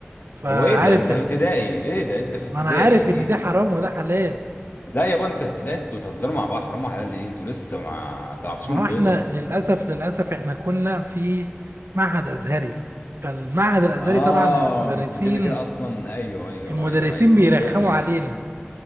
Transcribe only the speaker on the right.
فعارف
ما
أنا عارف
إن ده حرام
وده حلال
ما
هو احنا للأسف للأسف احنا كنا في معهد أزهري فالمعهد الأزهري
طبعا المدرسين
المدرسين
بيرخموا
علينا